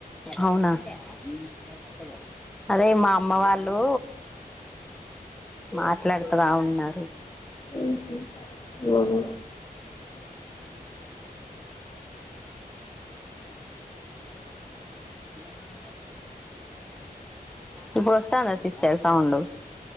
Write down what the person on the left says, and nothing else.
ఉమ్, ఉమ్, అవును